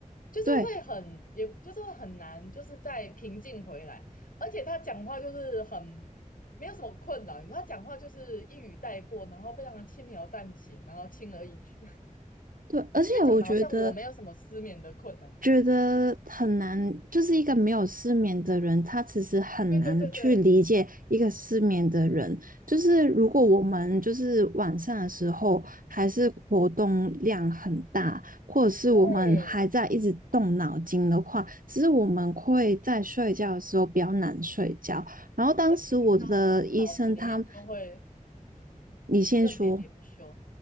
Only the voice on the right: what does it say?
对，
对，而且我觉得
觉得很难，就是一个没有失眠的人，他其实很难去理解一个失眠的人。
就是如果我们就是晚上的时候还是活动量很大，或者是我们还在一直动脑筋的话，
其实我们会在睡觉的时候比较难睡觉。然后当时我的医生他，
嗯你先说，